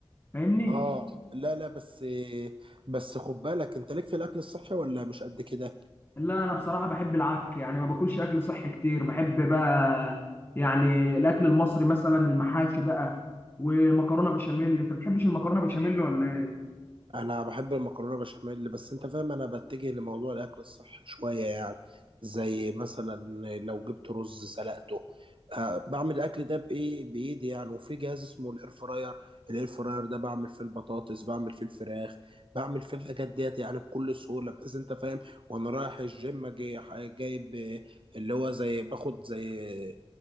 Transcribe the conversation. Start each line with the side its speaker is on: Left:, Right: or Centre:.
Left: فاهمني
Right: اه لا لا بس بس خد بالك انت ليك في الاكل الصحي ولا مش قد كده
Left: لا انا بصراحه بحب العك يعني ما باكلش اكل صحي كتير بحب بقى يعني الاكل المصري مثلا المحاشي بقى ومكرونه بشاميل انت بتحبش المكرونه بشاميل ولا
Right: انا بحب المكرونه بشاميل بس انت فاهم انا بتجه لموضوع الاكل الصحي شويه يعني زي مثلا لو جبت رز سلقته أه بعمل الاكل ده بايه بايدي يعني وفي جهاز اسمه الاير فراير الاير فراير ده بعمل فيه البطاطس بعمل فيه الفراخ بعمل فيه الحاجات ديت يعني بكل سهوله بحيث انت فاهم وانا رايح الجيم جاي جايب آه، اللي هو زي باخد زي